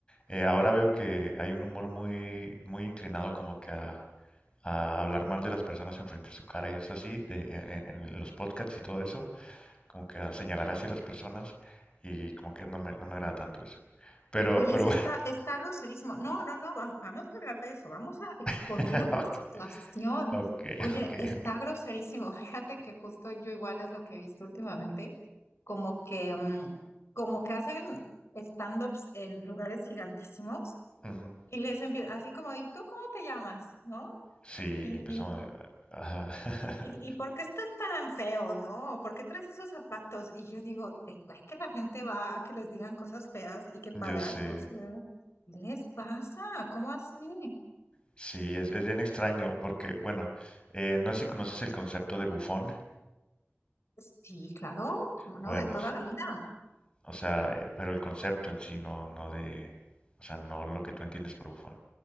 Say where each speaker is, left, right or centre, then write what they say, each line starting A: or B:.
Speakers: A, on the left; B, on the left.
A: Eh, ahora veo que hay un humor muy, muy inclinado como que a, a hablar mal de las personas enfrente de su cara y es así, de, en, en los podcasts y todo eso, como que a señalar hacia las personas y como que no me, no me agrada tanto eso. Pero,
B: Oye,
A: pero
B: sí está, está groserísimo. No, no, no, vam- vamos a hablar de eso, vamos a exponer
A: <laughs>
B: la
A: Ok,
B: situación.
A: ok,
B: Oye,
A: ok,
B: está
A: ok.
B: groserísimo. <laughs> Fíjate que justo yo igual es lo que he visto últimamente, como que, mm, como que hacen stand-ups en lugares gigantísimos
A: Ujú.
B: y les empieza así como, ¿y tú cómo te llamas? ¿No?
A: Sí,
B: Y,
A: empezamos. a- Ajá. <laughs>
B: ¿Y, y por qué estás tan feo, no? ¿Por qué traes esos zapatos? Y yo digo, ¿te cae que la gente va a que les digan cosas feas y que pagan?
A: Yo sé.
B: O sea, ¿qué les pasa? ¿Cómo así?
A: Sí, es, es bien extraño porque, bueno, eh, no sé si conoces el concepto de bufón.
B: Sí, claro, como no,
A: Bueno,
B: de toda
A: s-
B: la vida.
A: o sea, eh, pero el concepto en sí no, no de, o sea, no lo que tú entiendes por bufón.